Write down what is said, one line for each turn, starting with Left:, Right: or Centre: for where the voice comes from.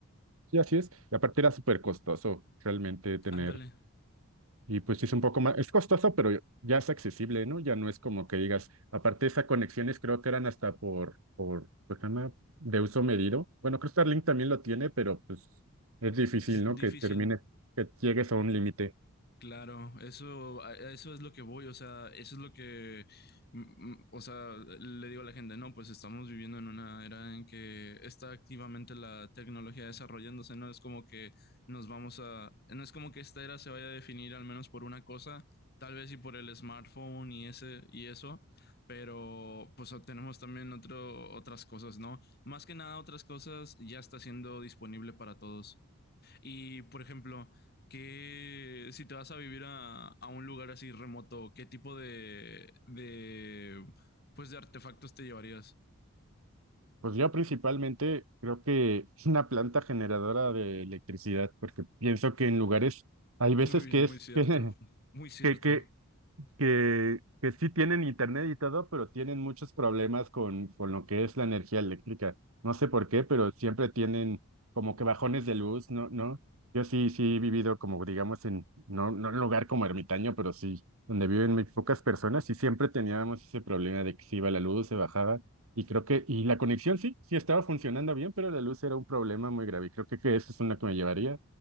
Right: Sí, así es. Y aparte era súper costoso realmente tener,
Left: Ándale,
Right: y pues sí es un poco más, es costoso, pero ya es accesible, ¿no? Ya no es como que digas, aparte esas conexiones creo que eran hasta por, por, pues se llama de uso medido. Bueno, creo que Starlink también lo tiene, pero pues es difícil,
Left: es
Right: ¿no?
Left: difícil
Right: Que termine, que llegues a un límite.
Left: Claro, eso, a- a eso es lo que voy, o sea, eso es lo que, mm, mm, o sea, le digo a la gente, no, pues estamos viviendo en una era en que está activamente la tecnología desarrollándose, no es como que nos vamos a, no es como que esta era se vaya a definir al menos por una cosa, tal vez y por el smartphone y ese y eso, pero pues tenemos también otro, otras cosas, ¿no? Más que nada otras cosas ya está siendo disponible para todos. Y, por ejemplo, que si te vas a vivir a, a un lugar así remoto, ¿qué tipo de, de, pues de artefactos te llevarías?
Right: Pues yo principalmente creo que es una planta generadora de electricidad, porque pienso que en lugares,
Left: <laughs>
Right: hay veces
Left: Muy,
Right: que
Left: muy
Right: es,
Left: cierto,
Right: <laughs>
Left: muy cierto.
Right: que, que, que, que sí tienen internet y todo, pero tienen muchos problemas con, con lo que es la energía eléctrica. No sé por qué, pero siempre tienen como que bajones de luz, ¿no? ¿No? Yo sí, sí he vivido como, digamos, en, no, no en un lugar como ermitaño, pero sí, donde viven muy pocas personas y siempre teníamos ese problema de que se iba la luz, se bajaba y creo que, y la conexión sí, sí estaba funcionando bien, pero la luz era un problema muy grave y creo que, que eso es una que me llevaría